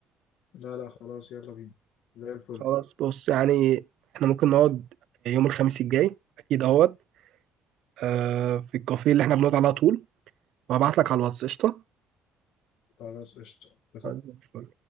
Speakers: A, on the left; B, on the right.
A: لا لا خلاص يلا بينا زي الفل
B: خلاص بص يعني احنا ممكن نقعد يوم الخميس الجاي اكيد اهوت آه، في الكافيه اللي احنا بنقعد على طول وهبعت لك على الواتس قشطه
A: خلاص قشطة اتفقنا.
B: زي الفل.